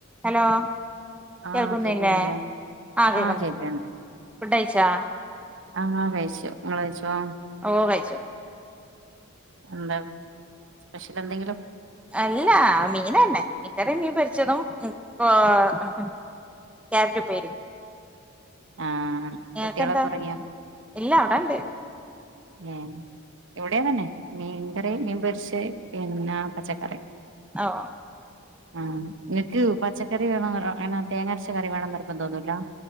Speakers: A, in the centre; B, on the right.
A: Hello
B: ആഹ്
A: കേൾക്കുന്നില്ലേ
B: കേക്കുന്നില്ലേ
A: ആ കേൾക്കുണ്ട്
B: ആഹ് കേക്ക്ണ്ട്
A: ഫുഡയച്ചാ
B: ആഹ് ആഹ് കഴിച്ചോ നിങ്ങള് കഴിച്ചോ.
A: ഓ കഴിച്ചു
B: എന്താ സ്പെഷ്യൽ എന്തെങ്കിലും.
A: അല്ലാ മീന് തന്നെ ഇത്തിരി മീൻ പൊരിച്ചതും <unintelligible> ക്യാരറ്റ് ഉപ്പേരിയും.
B: ആഹ്
A: <unintelligible>
B: കുട്ടികളൊക്കെ ഒറങ്ങിയോ
A: ഇല്ലാ അവിടെ ഉണ്ട്.
B: ഏഹ് ഇവിടെയാ ത മീൻ കറി മീൻ പൊരിച്ച. പേ പിന്നെ പച്ചക്കറി.
A: ആഹ്
B: ആഹ് നിനക്ക് പച്ചക്കറി വേണമെന്ന് അങ്ങനെ തേങ്ങരച്ച കറി വേണമെന്ന് നിർബന്ധമൊന്നുമില്ല.